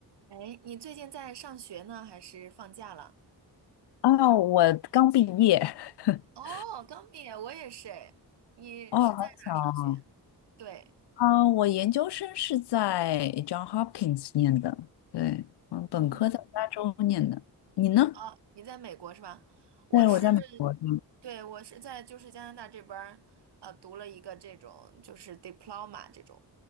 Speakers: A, on the right (about 90°); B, on the left (about 80°).
A: 哎，你最近在上学呢，还是放假了？
B: 哦，我刚毕业，<laughs>
A: 哦，刚毕业，我也是哎。你是在哪儿上学？
B: 哦，好巧啊！
A: 对，
B: 啊我研究生是在 John Hopkins 念的，对，嗯，本科在加州念的。
A: 嗯，
B: 你呢？
A: 哦，你在美国是吧？我是，
B: 对，我在美国的。
A: 对，我是在就是加拿大这边儿，呃，读了一个这种就是 diploma 这种。